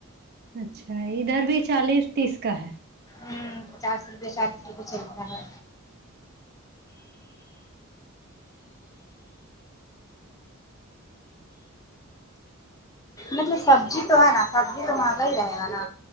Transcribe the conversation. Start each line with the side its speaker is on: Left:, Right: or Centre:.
Right: اچھا ادھر بھی چالیس تیس کا ہے
Left: ھممم پچاس روپئے شاید چالیس روپئے چلتا ہے مطلب سبزی تو ہے نا سبزی تو مہنگا ہی رہے گا نہ